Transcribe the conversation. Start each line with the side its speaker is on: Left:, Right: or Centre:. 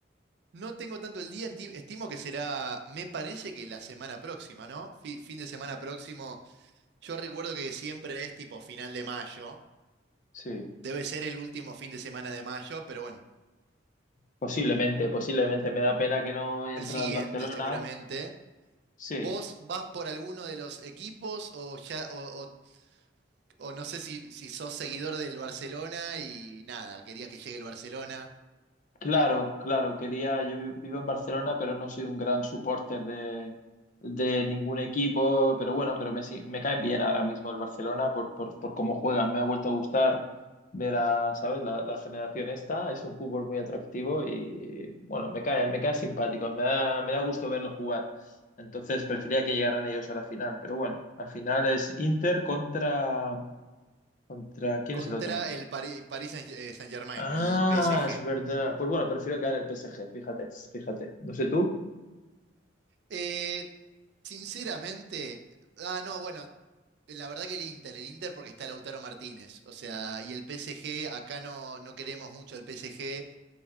Right: No tengo tanto el día, enti- estimo que será, me parece que la semana próxima, ¿no? Fi- fin de semana próximo. Yo recuerdo que siempre es tipo final de mayo.
Left: Sí,
Right: Debe ser el último fin de semana de mayo, pero bueno,
Left: posiblemente, posiblemente. Me da pena que no haya
Right: el
Left: entrado
Right: siguiente
Left: al Barcelona.
Right: seguramente.
Left: Sí,
Right: ¿Vos vas por alguno de los equipos o ya, o, o- o no sé si, si sos seguidor del Barcelona y nada, querías que llegue el Barcelona?
Left: Claro, claro, quería, yo vi- vivo en Barcelona, pero no soy un gran supporter de, de ningún equipo, pero bueno, pero me, si- me caen bien ahora mismo el Barcelona por, por, por cómo juegan, me ha vuelto a gustar ver a, ¿sabes? La, la generación esta, es un fútbol muy atractivo y bueno, me caen, me caen simpáticos, me da, me da gusto verlos jugar, entonces prefería que llegaran ellos a la final, pero bueno, al final es Inter contra, contra, ¿quién
Right: contra
Left: es el otro?
Right: el Pari- Paris, Saint- eh, Saint-Germain,
Left: Ah,
Right: el PSG.
Left: es verdad. Pues bueno, prefiero quedar en el PSG, fíjate, fíjate. No sé tú.
Right: Eh, sinceramente, ah, no, bueno, la verdad que el Inter, el Inter porque está Lautaro Martínez, o sea, y el PSG, acá no, no queremos mucho al PSG